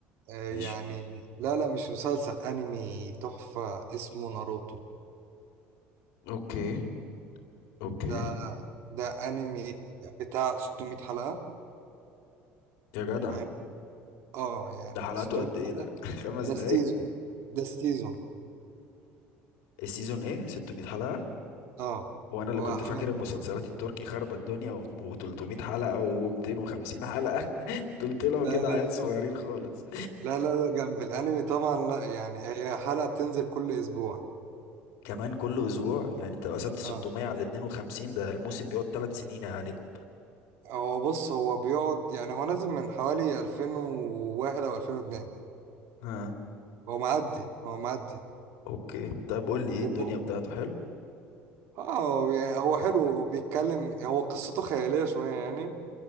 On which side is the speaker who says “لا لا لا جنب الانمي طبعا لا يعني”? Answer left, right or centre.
Right